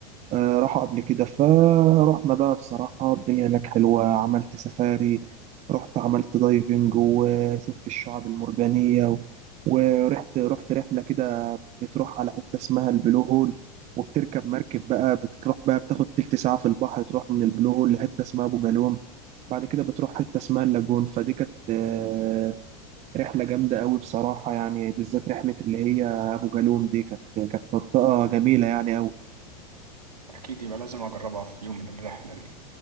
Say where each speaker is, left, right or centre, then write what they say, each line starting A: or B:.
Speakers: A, on the right; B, on the right.
A: آه، راحوا قبل كده فرحنا بقى بصراحة الدنيا هناك حلوة عملت سفاري رحت عملت دايفنج وشفت الشعاب المرجانية و- ورحت رحت رحلة كده بتروح على حتة اسمها البلو هول وبتركب مركب بقى بتروح بقى بتاخد تلت ساعة في البحر تروح من البلو هول لحتة اسمها أبو جالوم بعد كده بتروح حتة اسمها اللاجون فدي كانت آه، رحلة جامدة قوي بصراحة يعني بالذات رحلة اللي هي أبو جالوم دي كانت كانت منطقة جميلة يعني قوي
B: اكيد يبقى لازم اجربها في يوم من الرحلة دي